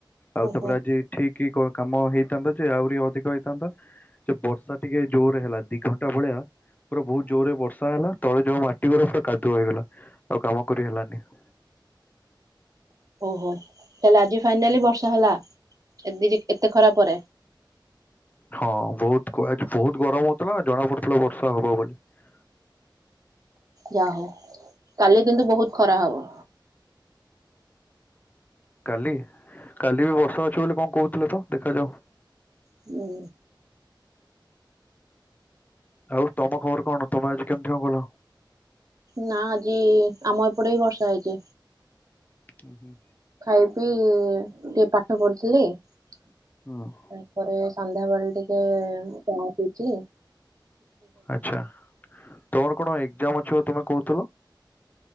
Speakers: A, on the left; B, on the right.
A: ଆଉ
B: ଓହୋ
A: ତାପରେ ଆଜି ଠିକ୍ କାମ ହେଇଥାନ୍ତା ଯେ ଆହୁରି ଅଧିକ ହେଇଥାନ୍ତା ଯେ ବର୍ଷା ଟିକେ ଜୋରେ ହେଲା ଦି ଘଣ୍ଟା ଭଳିଆ। ପୁରା ବହୁତ ଜୋରେ ବର୍ଷା ହେଲା ତଳେ ଯୋଉ ମାଟି ଗୁରା ପୁରା କାଦୁଅ ହେଇଗଲା ଆଉ କାମ କରି ହେଲାନି। <inaudible>
B: ଓହୋ ତାହଲେ ଆଜି ଫାଇନାଲି ବର୍ଷା ହେଲା। ଏ ଦିି ଏତେ ଖରା ପରେ।
A: ହଁ ବହୁତ <unintelligible> ବହୁତ ଗରମ ହଉଥିଲା ଜଣା ପଡୁଥିଲା ବର୍ଷା ହବ ବୋଲି। <inaudible>
B: ଯାହଉ କାଲି କିନ୍ତୁ ବହୁତ ଖରା ହବ।
A: କାଲି କାଲି ବି ବର୍ଷା ଅଛି ବୋଲି କଣ କହୁଥିଲେ ତ ଦେଖାଯାଉ।
B: ହୁଁ।
A: ଆଉ ତମ ଖବର କଣ ତମେ ଆଜି କେମିତି କଣ କଲ?
B: ନା ଆଜି ଆମ ଏପଟ ବି ବର୍ଷା ହେଇଚି।
A: ହୁଁ ହୁଁ
B: ଖାଇ ପିଇ ଟିକେ ପାଠ ପଢୁଥିଲି। ତାପରେ
A: ହୁଁ।
B: ସନ୍ଧ୍ୟାବେଳେ ଟିକେ ଚାହା ପିଉଥିଲି।
A: ଆଛା ତମର କଣ ଏକଜାମ ଅଛି ତମେ କହୁଥୁଲ।